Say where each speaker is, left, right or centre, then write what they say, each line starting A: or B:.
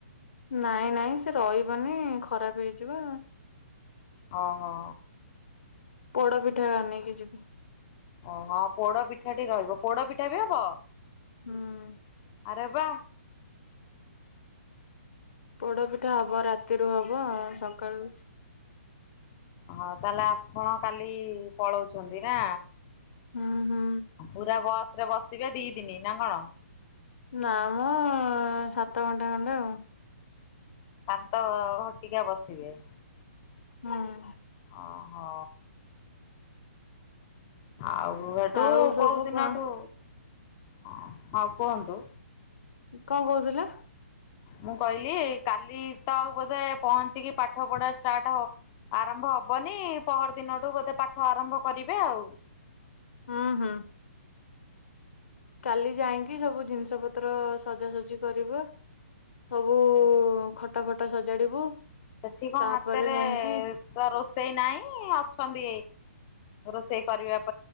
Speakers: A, on the left (about 55°); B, on the left (about 20°).
A: ନାଇଁ ନାଇଁ ସେ ରହିବନି ଖରାପ ହେଇଯିବ।
B: ଅ ହୋ।
A: ପୋଡା ପିଠା ଆ ନେଇକି ଯିବି।
B: ପଣ ପ୍। ପୋଡ ପିଠା ଟି ରହିବ ପୋଡ ପିଠା ବି ହବ?
A: ହୁଁ
B: ଆରେ ବାଃ।
A: ପୋଡପିଠା ହବ ରାତିରୁ ହବ ସକ୍ କାଳୁ
B: ହଁ ତାଲେ ଆପ୍ କଣ କାଲ୍ ଇ ପଳଉଚ଼ନ୍ତି ନା।
A: ହୁଁ ହୁଁ
B: ପୁରା ବସ ରେ ବସିବେ ଦି ଦିନି ନା କଣ?
A: ନାଁ ମ ସାତ ଘଣ୍ଟା ଖଣ୍ଡେ ଆଉ।
B: ପାନ୍ତ ଘଣ୍ଟିକିଆ ବସିବେ।
A: <unintelligible> ଉୁଁ।
B: ଅ ହ। ଆଉ ଏଟୁ
A: ଆଉ ସବୁ
B: କୋଉ ଦିନଠୁ?
A: କଣ
B: ଆ ହଁ କୁହନ୍ତୁ?
A: କଁ କହୁଥିଲେ?
B: ମୁଁ କହିଲି ଏଇ କାଲି ତ ଆଉ ବୋଧେ ପହଞ୍ଚିକି ପାଠ ପଢାସ୍ ଷ୍ଟାଟ ହବ୍ ଆରମ୍ଭ ହବନି ପହର ଦିନଠୁ ବୋଧେ ପାଠ ଆରମ୍ଭ କରିବେ ଆଉ।
A: ହୁଁ ହୁଁ। କାଲି ଯାଇଙ୍କି ସବୁ ଜିନିଷ ପତ୍ରଅ ସଜାସଜି କରିବ ସବୁ ଉ ଖଟା ଫଟା ସଜାଡିବୁ।
B: ସେଠି କଁ
A: ତାପରେ
B: ହାତରେ
A: ଯାଇକି
B: ଏ ତ ରୋଷେଇ ନାଇଁ ଅ <unintelligible> ରୋଷେଇ କରିବାପ୍